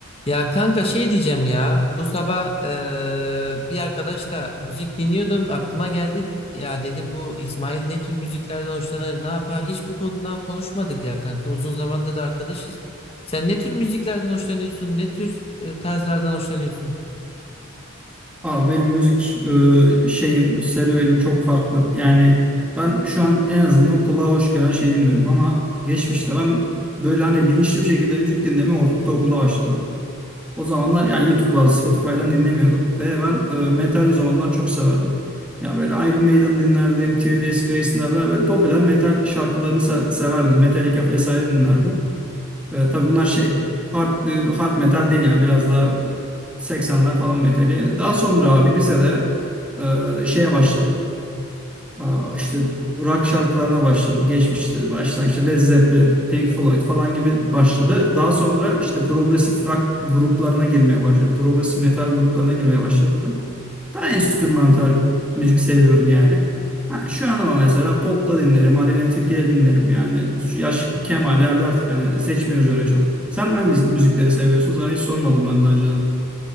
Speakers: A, on the left; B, in the centre.
A: Ya kanka şey diyeceğim ya bu sabah eee, bir arkadaşla müzik dinliyordum aklıma geldi ya dedim bu İsmail ne tür müziklerden hoşlanır ne yapar hiç bu konuda konuşmadık ya kanka uzun zamandır da arkadaşız. Sen ne tür müziklerden hoşlanıyorsun ne tür e, tarzlardan hoşlanıyorsun?
B: Abi benim müzik e, şeyim, serüvenim çok farklı. Yani ben şu an en azından kulağa hoş gelen şeyi dinliyorum ama geçmişte ben böyle hani bilinçli bir şekilde müzik dinlemeye ortaokulda başladım. O zamanlar yani YouTube vardı, Spotify'dan dinlemiyorduk ve ben e, metal o zamanlar çok severdim. Ya böyle Iron Maiden dinlerdim, Three Days Grace dinlerdim. Böyle popüler metal şarkılarını se- severdim. Metallica vesaire dinlerdim. E, tabii bunlar şey hard, e, hard metal değil yani biraz daha 80'ler falan metali. Daha sonra abi lisede e, şeye başladım. Aa, işte rock şarkılarına başladım. Geçmişti. Başlangıçta Led Zeppelin, Pink Floyd falan gibi başladı. Daha sonra işte progresif rock gruplarına girmeye başladım. Progresif metal gruplarına girmeye başladım. Daha enstrümantal müzik seviyorum yani. Ha, şu an ama mesela pop da dinlerim, Aleyna Tilki de dinlerim. Yani şu yaş kemallerde artık hani seçmiyoruz öyle çok. Sen hangi müzikleri seviyorsun? Sana hiç sormadım ben daha önceden.